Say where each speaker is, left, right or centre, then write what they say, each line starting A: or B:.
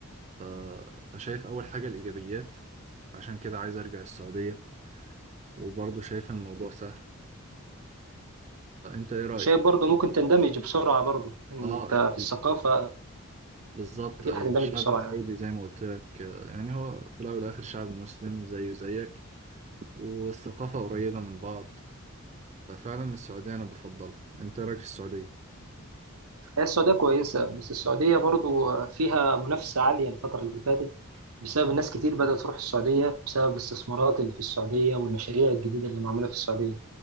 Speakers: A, on the right (about 30°); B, on the right (about 90°).
A: ف- فشايف أول حاجة الإيجابيات عشان كده عايز أرجع السعودية وبرضه شايف إن الموضوع سهل فأنت إيه رأيك؟
B: وشايف برضه ممكن تندمج بسرعه برضه ان
A: آه
B: انت
A: أكيد
B: في الثقافه
A: بالظبط
B: اكيد
A: أيوة
B: هتندمج
A: الشعب
B: بسرعه
A: السعودي
B: يعني
A: زي ما قلت لك آه، يعني هو في الأول والآخر شعب مسلم زيه زيك والثقافة قريبة من بعض ففعلا السعودية أنا بفضلها أنت رأيك في السعودية؟
B: هي السعوديه كويسه بس السعوديه برضه فيها منافسه عاليه الفتره اللي فاتت بسبب الناس كتير بدأت تروح السعودية بسبب الاستثمارات اللي في السعودية والمشاريع الجديدة اللي معمولة في السعودية